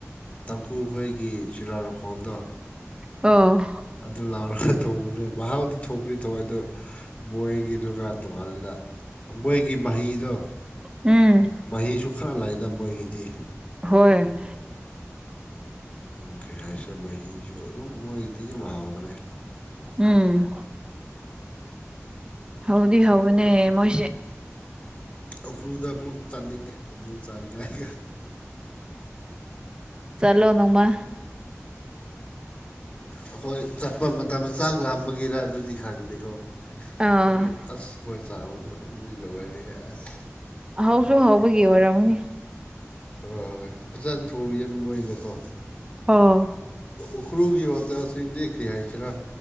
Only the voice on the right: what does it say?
ꯑ
ꯎꯝ
ꯍꯣꯏ
ꯎꯝ ꯍꯗꯤ ꯍꯧꯕꯅꯦ ꯃꯣꯏꯁꯦ
ꯆꯂꯣꯅꯃ
ꯑꯥ
ꯍꯧꯁꯨ ꯍꯧꯕꯒꯤ ꯑꯣꯏꯔꯝꯅꯤ
ꯑꯣ